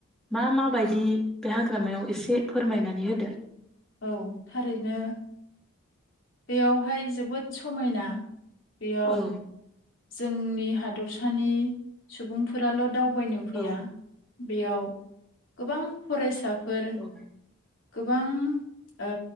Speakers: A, in the centre; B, on the left.
A: मा माबायदि बे हाग्रामायाव एसे फोरमायनानै होदो ।
B: औ थारैनो बेयावहाय जोबोद समायना बेयाव
A: औ
B: जोंनि हादरसानि सुबुंफोराल' दाव बायनो
A: औ
B: फैया बेयाव गोबां फरायसाफ फोर
A: औ
B: गोबां ओ